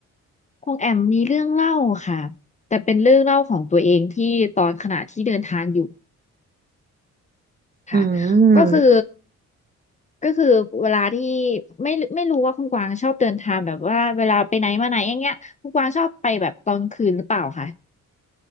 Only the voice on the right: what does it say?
อืม